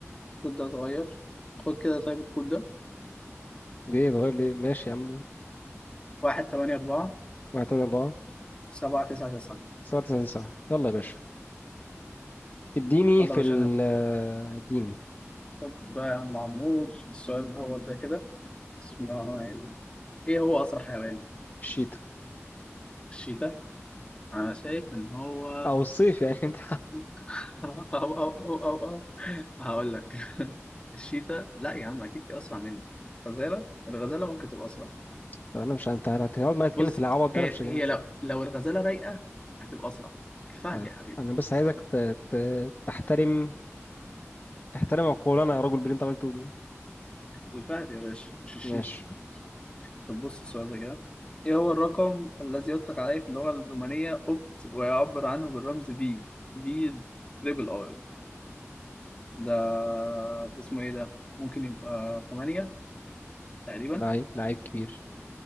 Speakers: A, on the left (about 20°); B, on the left (about 40°).
A: الكود ده اتغير خد كده طيب الكود ده
B: ليه اتغير ليه ماشي يا عم
A: واحد تمانية أربعة
B: واحد تمانية أربعة
A: سبعة تسعة تسعة
B: سبعة تسعة تسعة يلا يا باشا اديني
A: يلا
B: في
A: يا باشا
B: ال آه، اديني
A: خد بقى يا عم عمور السؤال الأول ده كده بسم الله الرحمن الرحيم إيه هو أسرع حيوان؟
B: الشتاء
A: الشيتا أنا شايف إن هو
B: أو الصيف يعني <laughs> أنت
A: <laughs> أو أو أو أو أو هقول لك <laughs> الشيتا لا يا عم أكيد في أسرع مني غزالة الغزالة ممكن تبقى أسرع
B: طب أنا مش أنت هتقعد معايا تتكلم
A: بص
B: في العبط
A: هي
B: ده أنا مش جاي.
A: هي لو لو الغزالة رايقة هتبقى أسرع الفهد
B: طيب
A: يا حبيبي
B: أنا بس عايزك ت... ت... تحترم احترم عقولنا يا راجل باللي أنت عمال تقوله ده
A: الفهد يا باشا مش الشيتا
B: ماشي
A: طب بص السؤال ده كده ايه هو الرقم الذي يطلق عليه في اللغة الرومانية اوبت ويعبر عنه بالرمز بي بي تريبل اي ده ده اسمه ايه ده ممكن يبقى 8 تقريبا
B: لعيب لعيب كبير